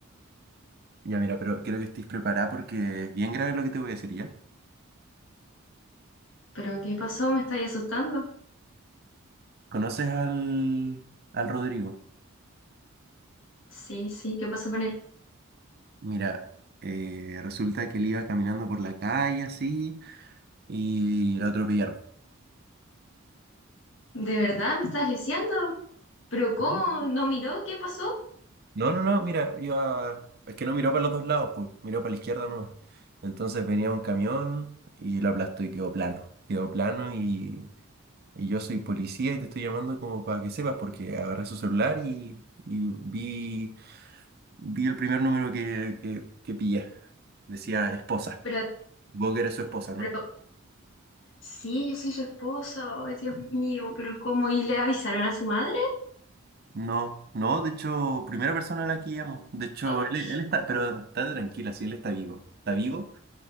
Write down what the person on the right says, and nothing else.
Ya, mira, pero quiero que estés preparada porque es bien grave lo que te voy a decir, ¿ya?
¿Conoces al, al Rodrigo?
Mira, eh, resulta que él iba caminando por la calle así y lo atropellaron.
¿Ah?
No, no, no, mira, iba... Es que no miró para los dos lados, pues, miró para la izquierda nomás. Entonces venía un camión y lo aplastó y quedó plano. Quedó plano y Y yo soy policía y te estoy llamando como para que sepas, porque agarré su celular y, y vi, vi el primer número que, que, que pillé. Decía esposa.
Supongo que eres su esposa, ¿no?
No, no, de hecho, primera persona a la que llamo. De hecho,
él, él está, pero está tranquila, sí, él está vivo. Está vivo,